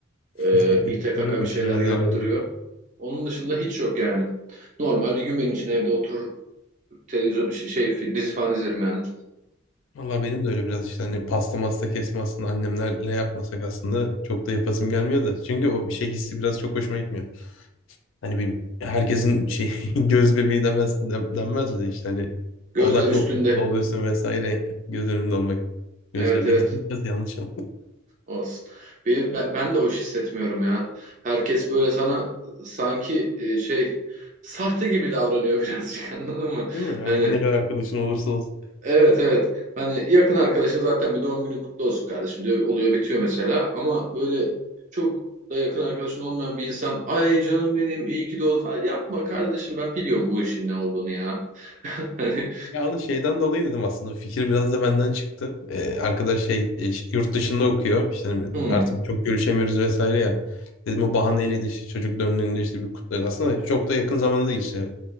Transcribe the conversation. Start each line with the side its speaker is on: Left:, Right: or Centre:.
Left: <laughs>
Right: e, ite kaka
Left: Değil mi?
Right: bir şeyler
Left: Biraz
Right: yaptırıyor.
Left: öyle oldu.
Right: Onun dışında hiç yok yani. Normal bir gün benim için evde oturur televizyon ş- şey fi- dizi falan izlerim yani.
Left: Valla benim de öyle biraz işte hani pasta masta kesme aslında annemlerle yapmasak aslında çok da yapasım gelmiyor da. Çünkü o bir şey hissi biraz çok hoşuma gitmiyor. Hani bir herkesin şey <laughs> göz bebeği demez, dem- denmez de işte hani
Right: Gözler
Left: odak
Right: üstünde.
Left: noktası oluyorsun vesaire göz önünde olmak.
Right: Evet
Left: Göz bebeği
Right: evet
Left: <laughs> de biraz yanlış oldu.
Right: olsun. Be- Ben, ben de hoş hissetmiyorum ya. Herkes böyle sana e, sanki e, şey sahte gibi davranıyor birazcık <laughs> anladın mı?
Left: Değil mi? Yani
Right: Hani
Left: ne kadar arkadaşın olursa olsun.
Right: Evet evet. Hani yakın arkadaşın zaten bir doğum günün kutlu olsun kardeşim diyor. Oluyor bitiyor mesela. Ama böyle çok da yakın arkadaşın olmayan bir insan ay canım benim iyi ki doğdu falan yapma kardeşim ben biliyorum bu işin ne olduğunu ya. <laughs> Hani
Left: Ya onu şeyden dolayı dedim aslında. Fikir biraz da benden çıktı. Ee, arkadaş şey e, ş- yurt dışında okuyor. İşte hani
Right: hmm.
Left: artık çok görüşemiyoruz vesaire ya. Dedim o bahaneyle de işte çocuk döndüğünde işte bir kutlarız. Aslında çok da yakın zamanda değil işte.